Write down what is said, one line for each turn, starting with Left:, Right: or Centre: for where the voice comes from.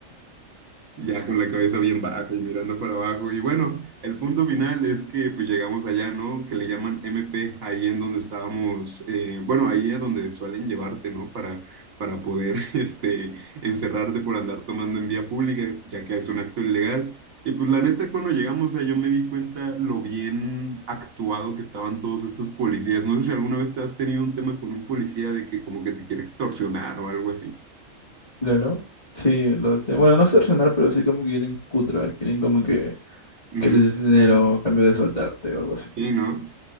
Right: ya con la cabeza bien baja y mirando para abajo. Y bueno, el punto final es que pues llegamos allá, ¿no? Que le llaman MP, ahí en donde estábamos, eh, bueno, ahí a donde suelen llevarte, ¿no? Para, para poder, <laughs> este, encerrarte por andar tomando en vía pública, ya que es un acto ilegal. Y pues la neta, cuando llegamos ahí, yo me di cuenta lo bien actuado que estaban todos estos policías. No sé si alguna vez te has tenido un tema con un policía de que como que te quiere extorsionar o algo así.
Left: claro. Sí, lo, te- bueno, no extorsionar, pero sí como que quieren cutra, quieren como que,
Right: Ujú.
Left: que les des dinero a cambio de soltarte o algo así.
Right: Sí, ¿no?